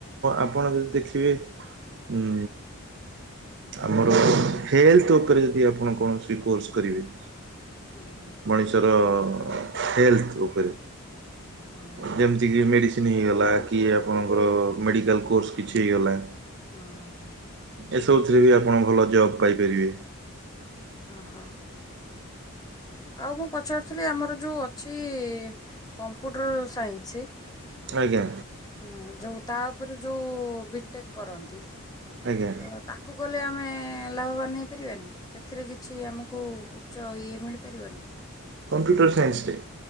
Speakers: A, on the right; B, on the left.
A: ଆପଣ ଯଦି ଦେଖିବେ ଉଁ ଆମର ହେଲ୍ଥ ଓପରେ ଯଦି ଆପଣ କୌଣସି କୋର୍ସ କରିବେ
B: ହଁ ହଁ।
A: ମଣିଷର ହେଲ୍ଥ ଉପରେ
B: ହୁଁ ହୁଁ ହୁଁ।
A: ଯେମତି ତି କି ମେଡ଼ିସିନ୍ ହେଇଗଲା କି ଆପଣଙ୍କର ମେଡ଼ିକାଲ୍ କୋର୍ସ କିଛି ହେଇଗଲା।
B: ହଁ ହଁ।
A: ଏସବୁଥିରେ ବି ଆପଣ ଭଲ ଜବ୍ ପାଇପାରିବେ।
B: ଅହ। ଆଉ ମୁଁ ପଚାରୁଥୁଲି ଆମର ଯୋଉ ଅଛି କମ୍ପୁଟର୍ ସାଇନ୍ସି
A: ଆଜ୍ଞା।
B: ହଁ ଯୋଉ ତା ଓପରେ ଯୋଉ ବିଟେକ୍ କରନ୍ତି। ତ
A: ଆଜ୍ଞା।
B: ତାକୁ କଲେ ଆମେ ଲାଭବାନ୍ ହେଇ ପାରିବାନି? ସେଥିରେ କିଛି ଆମୁକୁ ଉଚ୍ଚ ଇଏ ମିଳିପାରିବନି?
A: କମ୍ପ୍ୟୁଟର୍ ସାଇନ୍ସରେ?